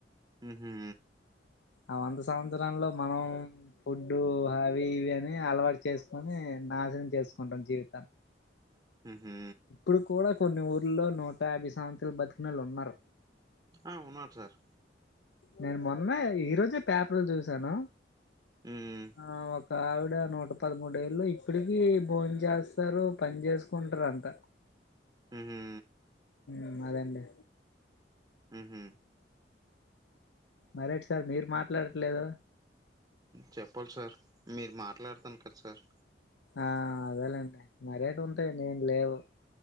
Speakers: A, on the right (about 20°); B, on the left (about 80°).
A: ఆహా
B: ఆ వంద సంవత్సరల్లో మనం ఫుడ్డు హావి ఇవి అని అలవాటు చేసుకుని నాశనం చేసుకుంటాం జీవితం
A: ఆహా
B: ఇప్పుడు కూడా కొన్ని ఊర్లో నూట ఆభై సంవత్సరాలు బతికినోళ్లు ఉన్నారు
A: ఆ ఉన్నార్ సార్
B: నేను మొన్నే ఈ రోజే పేపర్లు చూసాను
A: హ్మ్.
B: ఆ వక్ ఒక ఆవిడ నూట పదమూడుఏళ్లు ఇప్పటికి భోన్ చేస్తారు పని చేసుకుంటర్ అంత
A: హుహు.
B: ఉమ్ అదేండి
A: హుహు.
B: మరేటి సార్ మీరు మాట్లాడట్లేదు
A: చెప్పాల్ సార్ మీరు మాట్లాడతను కద్ సార్
B: ఆ అదేలేండి మరేటుంటాయ్ నేం లేవు